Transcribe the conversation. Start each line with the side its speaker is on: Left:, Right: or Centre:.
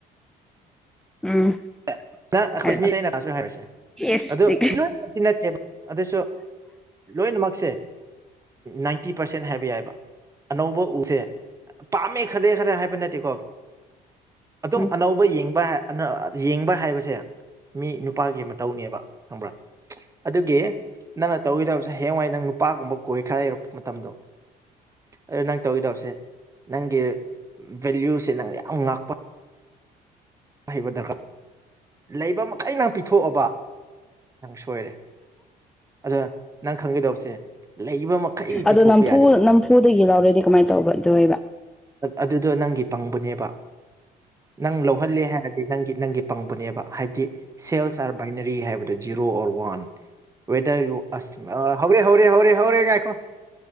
Centre: ꯎꯝ
Right: <unintelligible>
Centre: ꯍꯥꯏꯔꯛꯑꯣ ꯏꯁꯇꯤ
Right: ꯑꯗꯨ <unintelligible> ꯑꯗꯨꯁꯨ ꯂꯣꯏꯅꯃꯛꯁꯦ ꯅꯥꯏꯟꯇꯤ ꯄꯥꯔꯁꯦꯟ ꯍꯥꯏꯕ ꯌꯥꯏꯕ ꯑꯅꯧꯕ ꯎꯁꯦ ꯄꯥꯝꯃꯦ ꯈꯥꯠꯂꯦ ꯈꯔ ꯍꯥꯏꯕ ꯅꯠꯇꯦꯀꯣ ꯑꯗꯨꯝ
Centre: ꯎꯝ
Right: ꯑꯅꯧꯕ ꯌꯦꯡꯕ ꯌꯦꯡꯕ ꯍꯥꯏꯕꯁꯦ ꯃꯤ ꯅꯨꯄꯥꯒꯤ ꯑꯃ ꯇꯧꯅꯦꯕ ꯈꯪꯕ꯭ꯔꯥ ꯑꯗꯨꯒꯤ ꯅꯪꯅ ꯇꯧꯒꯤꯗꯕꯁꯦ ꯍꯌꯦꯡꯋꯥꯏ ꯅꯪ ꯅꯨꯄꯥꯒꯨꯝꯕ ꯀꯣꯏꯈꯥꯏꯔꯛꯄ ꯃꯇꯝꯗꯣ ꯑꯣ ꯅꯪ ꯇꯧꯒꯦꯗꯕꯁꯦ ꯅꯪꯒꯤ ꯚꯦꯂ꯭ꯌꯨꯁꯦ ꯅꯪꯅ ꯌꯥꯝ ꯉꯥꯛꯄ ꯍꯩꯕꯗꯒ ꯂꯩꯕ ꯃꯈꯩ ꯅꯍꯥꯛ ꯄꯤꯊꯣꯛꯑꯕ ꯅꯪ ꯁꯣꯏꯔꯦ ꯑꯗꯣ ꯅꯪ ꯈꯪꯒꯗꯧꯕꯁꯦ ꯂꯩꯕ ꯃꯈꯩ ꯄꯤꯊꯣꯛꯄ
Centre: ꯑꯗꯣ ꯅꯝꯐꯨ
Right: ꯌꯥꯗꯦꯕ
Centre: ꯅꯝꯐꯨꯗꯒꯤ ꯂꯧꯔꯦꯗꯤ ꯀꯃꯥꯏ ꯇꯧꯕ ꯑꯗꯨ ꯑꯣꯏꯕ
Right: ꯑꯗꯨꯗꯣ ꯅꯪꯒꯤ ꯄꯪꯕꯅꯦꯕ ꯅꯪ ꯂꯧꯍꯜꯂꯦ ꯍꯥꯏꯔꯗꯤ ꯅꯪꯒꯤ ꯅꯪꯒꯤ ꯄꯪꯕꯅꯦꯕ ꯍꯥꯏꯕꯗꯤ ꯁꯦꯜꯁ ꯑꯥꯔ ꯕꯥꯏꯅꯔꯤ ꯍꯥꯏꯕꯗꯣ zero or one whether U ꯑꯁ ꯑ ꯍꯧꯔꯦ ꯍꯧꯔꯦ ꯍꯧꯔꯦ ꯍꯧꯔꯦ ꯉꯥꯏꯈꯣ